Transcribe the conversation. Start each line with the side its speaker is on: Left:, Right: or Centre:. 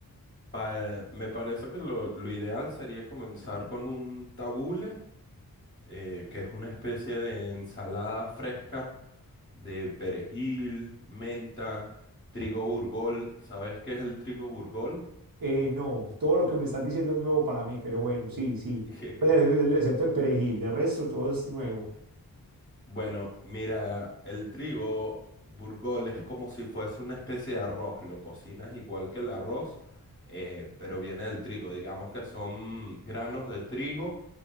Left: Pa- me parece que lo, lo ideal sería comenzar con un tabule, eh, que es una especie de ensalada fresca de perejil, menta, trigo burgol. ¿Sabes qué es el trigo burgol?
Right: Eh, no, todo lo que me estás diciendo es nuevo para mí, pero bueno, sí, sí.
Left: <laughs> Jejeje.
Right: Pues, eh, el- excepto el perejil, de resto todo es nuevo.
Left: Bueno, mira, el trigo burgol es como si fuese una especie de arroz. Lo cocinas igual que el arroz, eh, pero viene del trigo. Digamos que son granos de trigo